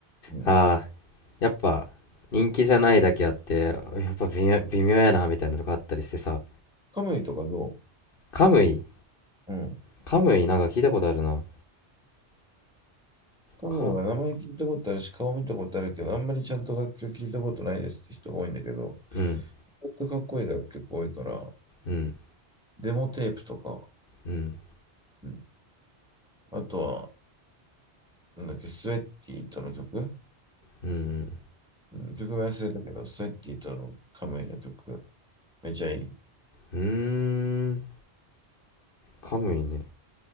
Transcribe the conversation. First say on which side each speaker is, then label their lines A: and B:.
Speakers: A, in the centre; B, on the left (about 55°).
A: うん。
B: あーやっぱ人気じゃないだけあってやっぱ微妙、微妙やなみたいなとこあったりしてさ
A: カムイとかどう
B: カムイ
A: うん。
B: カムイなんか聞いたことあるな
A: 多分は名前聞いたことあるし、
B: か
A: 顔見たことあるけど、あんまりちゃんと楽曲聞いたことないですって人が多いんだけど、
B: うん
A: ほんとかっこいい楽曲多いから、
B: うん
A: デモテープとか、
B: うん
A: うん、あとは、なんだっけ、スウェッティとの曲、
B: うん
A: うん、曲名忘れたけど、スウェッティとのカムイの曲、めちゃいい。
B: うんうーんカムイね